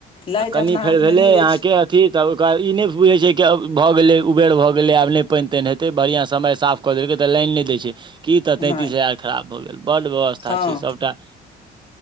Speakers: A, on the left (about 30°); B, on the right (about 25°).
A: लाइट
B: आ कनि
A: अपना
B: फेर
A: हाथ
B: भेले
A: मे नहि
B: अहाँ
A: अछि
B: के कि तऽ ओकरा ई नहि बुझै छै कि भऽ गेलै उबेर भऽ गेलै आब नहि पानि तानि हेतै बढ़िआँ समय साफ कऽ देलकै तऽ लाइन नहि दै छै की तऽ तैंतीस
A: नहि
B: हजार खराब भऽ गेल बड्ड व्यवस्था
A: हँ
B: छै सभटा